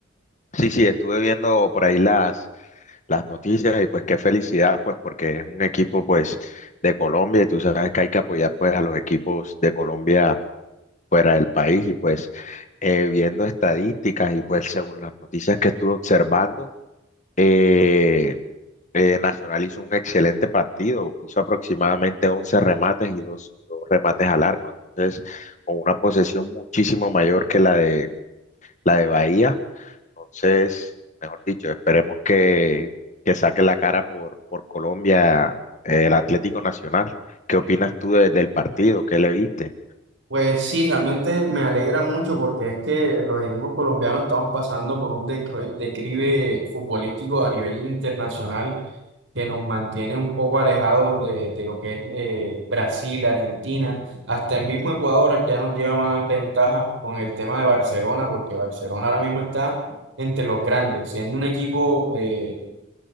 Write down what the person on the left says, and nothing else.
sí, sí, estuve viendo por ahí las, las noticias y pues qué felicidad, pues porque es un equipo pues de Colombia y tú sabes que hay que apoyar pues a los equipos de Colombia fuera del país y pues eh, viendo estadísticas y pues según las noticias que estuve observando, eh, Eh, Nacional hizo un excelente partido, hizo aproximadamente 11 remates y dos, dos remates al arco. Entonces, con una posesión muchísimo mayor que la de, la de Bahía. Entonces, mejor dicho, esperemos que, que saque la cara por, por Colombia eh, el Atlético Nacional. ¿Qué opinas tú de- del partido? ¿Qué le viste?